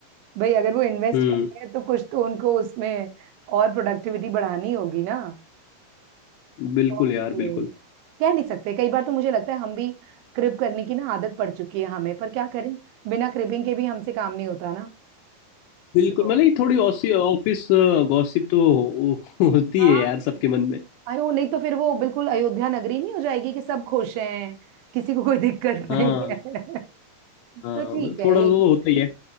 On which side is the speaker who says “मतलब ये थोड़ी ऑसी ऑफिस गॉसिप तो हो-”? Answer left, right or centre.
Left